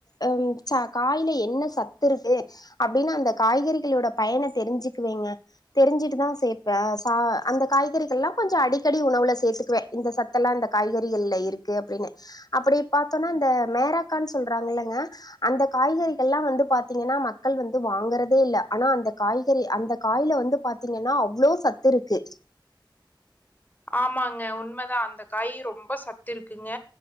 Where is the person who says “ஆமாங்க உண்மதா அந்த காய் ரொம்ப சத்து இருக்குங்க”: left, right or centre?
Left